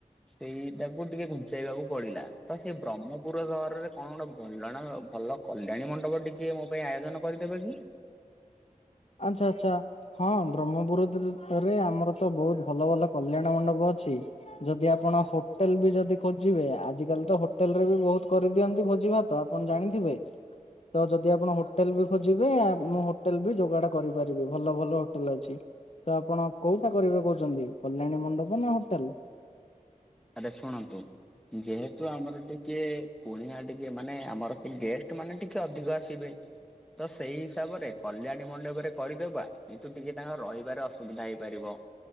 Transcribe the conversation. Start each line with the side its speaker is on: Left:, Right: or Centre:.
Centre: ସେଇଟାକୁ ଟିକେ ଘୁଞ୍ଚେଇବାକୁ ପଡିଲା ତ ସେଇ ବ୍ରହ୍ମପୁର ସହରରେ କଣ ଗୋଟେ ଭଲ ନା ଭଲ କଲ୍ୟାଣୀ ମଣ୍ଡପ ଟିକେ ମୋ ପାଇଁ ଆୟୋଜନ କରିଦେବେ କି?
Left: ଆଚ୍ଛା ଆଚ୍ଛା ହଁ ବ୍ରହ୍ମପୁରରେ ରେ ଆମର ତ ବହୁତ ଭଲ ଭଲ କଲ୍ୟାଣ ମଣ୍ଡପ ଅଛି ଯଦି ଆପଣ ହୋ ହୋଟେଲ ବି ଯଦି ଖୋଜିବେ ଆଜିିକାଲି ତ ହୋଟେଲ ରେ ବି ବହୁତ କରିଦିଅନ୍ତି ଭୋଜି ଭାତ ଆପଣ ଜାଣିଥିବେ। ତ ଯଦି ଆପଣ ହୋଟେଲ ବି ଖୋଜିବେ ମୁଁ ହୋଟେଲ ବି ଯୋ ଗାଡ଼ କରିପାରିବି ଭଲ ଭଲ ହୋଟେଲ ଅଛି। ତ ଆପଣ କୋଉଟା କରିବେ କହୁଛନ୍ତି କଲ୍ୟାଣୀ ମଣ୍ଡପ ନା ହୋଟେଲ?
Centre: ଆରେ ଶୁଣନ୍ତୁ। ଯେହେତୁ ଆମର ଟିକେ କୁଣିଆ ଟିକେ ମାନେ ଆମର ସେ ଗେଷ୍ଟ ମାନେ ଟିକେ ଅଧିକ ଆସିବେ। ତ ସେଇ ହିସାବରେ କଲ୍ୟାଣୀ ମଣ୍ଡପରେ କରିଦବା କିନ୍ତୁ ଟିକେ ତାଙ୍କ ରହିବାରେ ଅସୁବିଧା ହେଇପାରିବ।